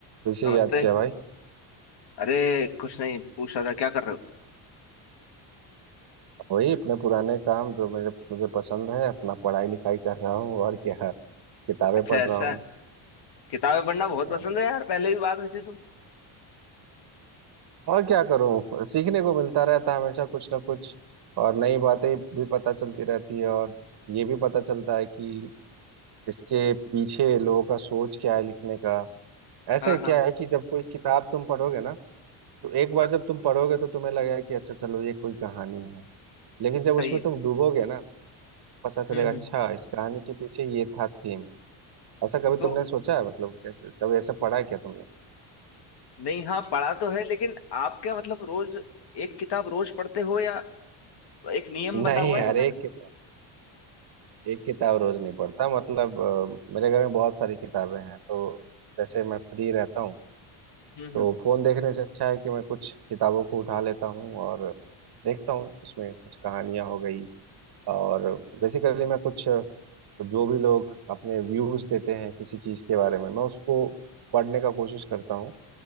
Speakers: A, on the right (about 50°); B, on the left (about 55°).
A: वैसे
B: नमस्ते
A: ही याद किया भाई
B: अरे कुछ नहीं पूछ रहा था क्या कर रहे हो
A: वही अपने पुराने काम जो मेरे मुझे पसंद है अपना पढ़ाई लिखाई कर रहा हूँ और क्या किताबें
B: अच्छा
A: पढ़
B: ऐसा
A: रहा हूँ
B: किताबें पढ़ना बहुत
A: और
B: पसंद है यार पहले भी बात हुई थी तुम
A: और क्या करूँ सीखने को मिलता रहता है हमेशा कुछ ना कुछ और नई बातें भी पता चलती रहती है और ये भी पता चलता है कि इसके पीछे लोगों का सोच क्या है लिखने का ऐसे
B: हाँ
A: क्या
B: हाँ हाँ,
A: है कि जब कोई किताब तुम पढ़ोगे ना तो एक बार जब तुम पढ़ोगे तो तुम्हें लगेगा कि अच्छा चलो ये कोई कहानी है लेकिन जब
B: सही
A: उसमें
B: है
A: तुम डूबोगे ना पता चलेगा
B: हम्म हम्म
A: अच्छा इस कहानी के पीछे ये था थीम ऐसा कभी
B: तो
A: तुमने सोचा है मतलब कैसे कभी ऐसा पढ़ा है क्या तुमने
B: नहीं हाँ पढ़ा तो है लेकिन आप क्या मतलब रोज एक किताब रोज पढ़ते हो या एक नियम बंधा
A: नहीं
B: हुआ
A: यार
B: है या फिर
A: एक किताब एक किताब रोज नहीं पढ़ता मतलब अ, मेरे घर में बहुत सारी किताबें हैं तो जैसे मैं फ्री रहता हूँ
B: हम्म
A: तो
B: हम्म
A: फोन देखने से अच्छा है कि मैं कुछ किताबों को उठा लेता हूँ और देखता हूँ उसमें कुछ कहानियां हो गई और बेसिकली मैं कुछ अ, जो भी लोग अपने व्यूज देते हैं किसी चीज के बारे में मैं उसको पढ़ने का कोशिश करता हूँ